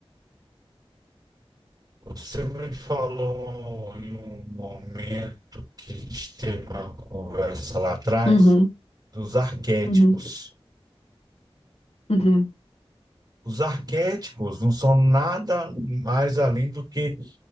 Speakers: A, on the right (about 40°); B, on the left (about 85°).
A: Você me falou em um momento que a gente teve uma conversa lá atrás
B: uhum,
A: dos arquétipos.
B: uhum, uhum,
A: Os arquétipos não são nada mais além do que